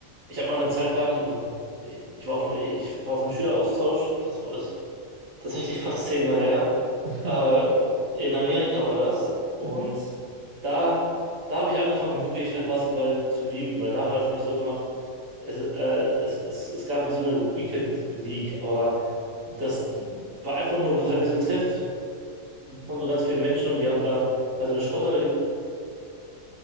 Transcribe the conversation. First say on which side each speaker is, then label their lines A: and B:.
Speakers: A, on the right (about 80°); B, on the right (about 50°).
A: ich habe mal eine Zeit lang, so, ich war auf, ich war auf einem Schüleraustausch, das war ist tatsächlich fast zehn Jahre her.
B: <laughs>
A: Äh,
B: Krass.
A: in Amerika war das. Und
B: Mhm.
A: da, da habe ich angefangen, wirklich halt Basketball zu lieben, weil da haben wir das nämlich so gemacht. Es, äh, es, es, es gab wie so eine Weekend League, aber das war einfach nur halt wie so ein Treff von so ganz vielen Menschen und die haben da halt so eine Sporthalle